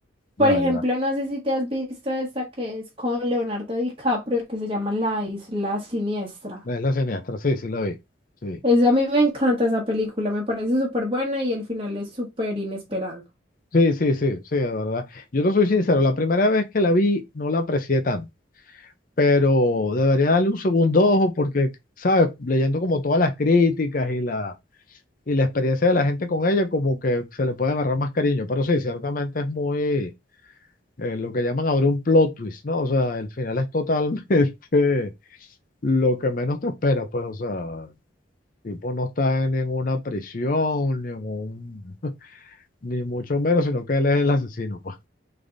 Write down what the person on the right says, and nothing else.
Por
ejemplo,
no sé si te has visto esta que es con Leonardo DiCaprio, que se llama La Isla Siniestra.
Es, a mí me encanta esa película, me parece súper buena y el final es súper inesperado.